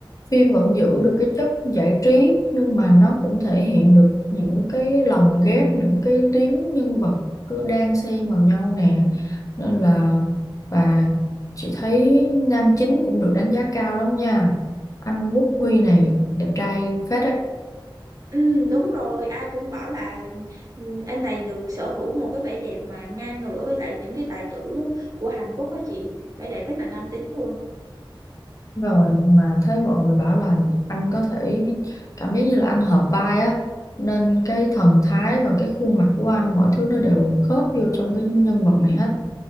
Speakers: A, on the left; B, on the right.
A: phim vẫn giữ được cái chất giải trí nhưng mà nó cũng thể hiện được những cái lồng ghép, những cái tuyến nhân vật cứ đan xen vào nhau nè. Nên là và chị thấy nam chính cũng được đánh giá cao lắm nha. Anh Quốc Huy này đẹp trai phết á.
B: Ừ, đúng rồi, ai cũng bảo là ừ, anh này được sở hữu một cái vẻ đẹp mà ngang ngửa với lại những cái tài tử của Hàn Quốc đó chị. Vẻ đẹp rất là nam tính luôn.
A: Rồi mà thấy mọi người bảo là anh có thể cảm giác như là anh hợp vai á. Nên cái thần thái và cái khuôn mặt của anh mọi thứ nó đều khớp vô trong cái nhân vật này hết